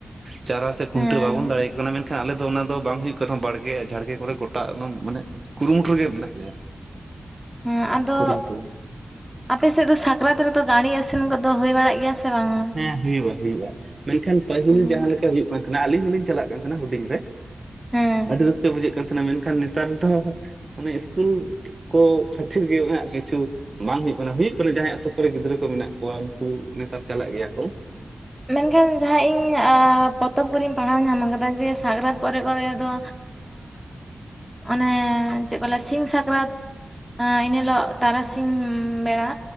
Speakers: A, on the right; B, in the centre.
A: ᱪᱟᱨᱟ ᱥᱮ ᱠᱷᱩᱱᱴᱟᱹᱣ
B: ᱦᱮᱸ
A: ᱵᱟᱵᱚᱱ ᱫᱟᱲᱮᱭᱟ ᱠᱚ ᱠᱟᱱᱟ ᱢᱮᱱᱠᱷᱟᱱ ᱟᱞᱮ ᱫᱚ ᱚᱱᱟ ᱫᱚ ᱵᱟᱝ ᱦᱩᱭᱩᱜ ᱠᱟᱱᱟ ᱵᱟᱲᱜᱮ ᱡᱷᱟᱲᱜᱮ ᱠᱚᱨᱮ ᱜᱚᱴᱟ ᱢᱟᱱᱮ ᱠᱩᱨᱩᱢᱩᱴᱩ ᱨᱮᱜᱮ ᱢᱮᱱᱟᱜ ᱞᱮᱭᱟ
B: ᱦᱮᱸ ᱟᱫᱚ
A: ᱠᱩᱨᱩᱢᱩᱴᱩ
B: ᱟᱯᱮᱥᱮᱫ ᱫᱚ ᱥᱟᱠᱨᱟᱛ ᱨᱮᱫᱟ ᱜᱟᱲᱤ ᱟᱹᱥᱮᱱ ᱠᱚᱫᱚ ᱦᱩᱭ ᱵᱟᱲᱟᱜ ᱜᱮᱭᱟ ᱥᱮ ᱵᱟᱝ ᱟ
A: ᱦᱮᱸ ᱦᱩᱭᱩᱜᱼᱟ ᱦᱩᱭᱩᱜᱼᱟ ᱢᱮᱱᱠᱷᱟᱱ ᱯᱟᱹᱦᱤᱞ
B: ᱦᱮᱸ
A: ᱡᱟᱦᱟᱸ ᱞᱮᱠᱟ ᱦᱩᱭᱩᱜ ᱛᱟᱦᱮᱱᱟ ᱟᱹᱞᱤᱧ ᱦᱚᱞᱤᱧ ᱪᱟᱞᱟᱜ ᱠᱟᱱ ᱛᱟᱦᱮᱱᱟ ᱦᱩᱰᱤᱧ ᱨᱮ
B: ᱦᱮᱸ
A: ᱟᱹᱰᱤ ᱨᱟᱹᱥᱠᱟᱹ ᱵᱩᱡᱷᱟᱹᱜ ᱠᱟᱱ ᱛᱟᱦᱮᱱᱟ ᱢᱮᱱᱠᱷᱟᱱ ᱱᱮᱛᱟᱨ ᱫᱚ ᱢᱟᱱᱮ ᱥᱠᱩᱞ ᱠᱚ ᱠᱷᱟᱹᱛᱤᱨ ᱜᱮ ᱩᱱᱟ. ᱜ ᱠᱤᱪᱷᱩ ᱵᱟᱝ ᱦᱩᱭᱩᱜ ᱠᱟᱱᱟ ᱦᱩᱭᱩᱜ ᱠᱟᱱᱟ ᱡᱟᱦᱟᱸᱭ ᱟᱛᱳ ᱠᱚᱨᱮ ᱜᱤᱫᱽᱨᱟᱹ ᱠᱚ ᱢᱮᱱᱟᱜ ᱠᱚᱣᱟ ᱩᱱᱠᱩ ᱱᱮᱛᱟᱨ ᱪᱟᱞᱟᱜ ᱜᱮᱭᱟ ᱠᱚ
B: ᱢᱮᱱᱠᱷᱟᱱ ᱡᱟᱦᱟᱸ ᱤᱧ ᱯᱚᱛᱚᱵ ᱠᱚᱨᱮᱧ ᱯᱟᱲᱦᱟᱣ ᱧᱟᱢ ᱟᱠᱟᱫᱟ ᱡᱮ ᱥᱟᱠᱨᱟᱛ ᱯᱚᱨᱮ ᱠᱚᱨᱮ ᱫᱚ ᱚᱱᱮ ᱪᱮᱫ ᱠᱚ ᱞ ᱥᱤᱧ ᱥᱟᱠᱨᱟᱛ ᱮᱱ ᱦᱤᱞᱳᱜ ᱛᱟᱨᱟᱥᱤᱧ ᱵᱮᱲᱟ